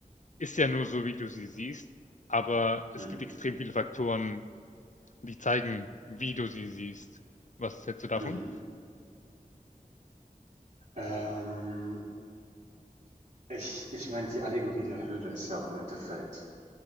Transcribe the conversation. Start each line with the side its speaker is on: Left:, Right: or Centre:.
Left: ist ja nur so, wie du sie siehst, aber es
Right: Mhm.
Left: gibt extrem viele Faktoren, die zeigen, wie du sie siehst. Was hältst du davon?
Right: Mhm. Ähm, ich ich meine, die Allegorie der Höhle ist ja auch im Endeffekt